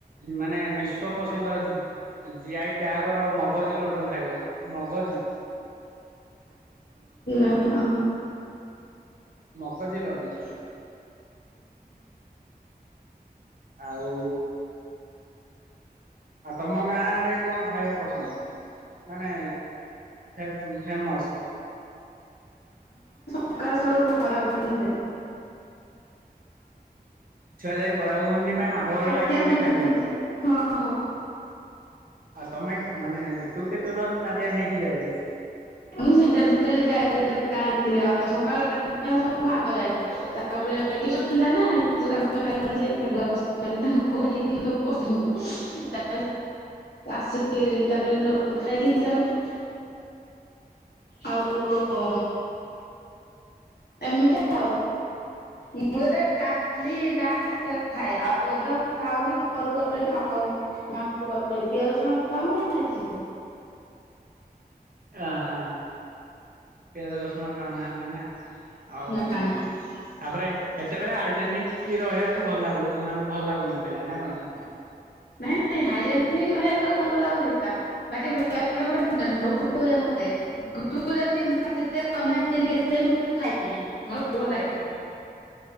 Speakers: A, on the right (about 60°); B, on the left (about 85°).
A: ମାନେ ବିଶ୍ଵ ପ୍ରସିଦ୍ଧ ଜିଆଇ ଟ୍ୟାଗର ମଗଜି ଲଡୁ ଖାଇବ ମଗଜି
B: ନା ହଁ।
A: ମଗଜି ଲଡୁ। ଆଉ ଆଉ ତମ ଗାଁରେ କଣ ଖାଇବା ପସନ୍ଦ ମାନେ ଫେ-ଫେମସ?
B: ସକାଳ ସବୁ ବରା ଭୁବୁନି ହୁଏ।
A: ଛୁଆ ଯାଇ ବରା ଘୁଗୁନି ପାଇଁ ମାଡ ଗୋଳ
B: ତାଟିଆ
A: ଲାଗି ବୋଧେ
B: ଧରିକି
A: ଖାଇ ଦିଅନ୍ତି।
B: ହଁ ହଁ
A: ଆଉ ତମେ ମାନେ ତୁ କେତେ ଥର ତାଟିଆ ନେଇକି ଯାଇଛୁ?
B: ମୁଁ ଡେଲି ଡେଲି ଯାଏ ଯେତେବେଳେ ଗାଁରେ ଥିଲେ ବାପା ସକାଳୁ <unintelligible> ଆଗ ଯାଏ ତାପରେ ଟିଉସନ୍ ଯାଏ ନା <unintelligible> ଆମେ ଭାଇ ଭଉଣୀ ଯାଇ ଆଗୁଆ ବସି ତାଙ୍କ ଘରେ ହେଇନଥିବ ବସିଥିବୁ <unintelligible> ଆସିକି ତାପରେ ଖାଇକି ଯାଉ। ଆଉ ଏମିତି ଆଉ ମୁଁ <unintelligible> ଗାଁରେ ସେତେ ଖାଏ ଆଉ ଏବେ ତ ଖାଉନି ଘରକୁ <unintelligible> ଖାଉନି <unintelligible> ପିଆଜ ରସୁଣ ଖାଉନି ନା ଏଥି
A: ଆହାଁ ପିଆଜ ରସୁଣ ଖାଉନାହାନ୍ତି ନା। ଆଉ
B: ନାଇଁ
A: ଉଁ ତାପରେ ସେତେବେଳେ ହାଇଜେନିକ କି ରହିଆକୁ ଭଲ ଲାଗୁ ମାନେ ଭଲ ଲାଗୁନଥିଲା ନା କଣ?
B: ନାଇଁ ନାଇଁ ହାଇଜେନିକ ରହିବାକୁ ଭଲ ଲାଗୁଥିଲା ବାକି ଗୋଟେ <unintelligible> ଲୋଭ ହୁଏ ମତେ ଯେମତି <unintelligible> ଖାଇବି ମତେ ଭଲ ଲାଗେ।